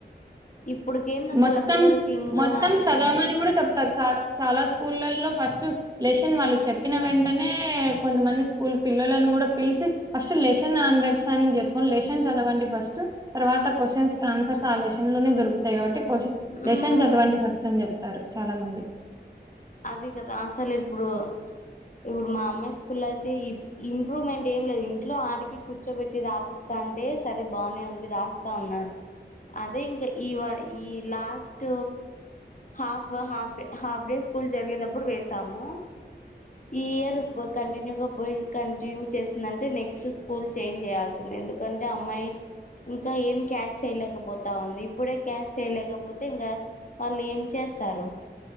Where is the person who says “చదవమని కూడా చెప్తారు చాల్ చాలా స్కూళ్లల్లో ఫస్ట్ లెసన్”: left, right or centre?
Right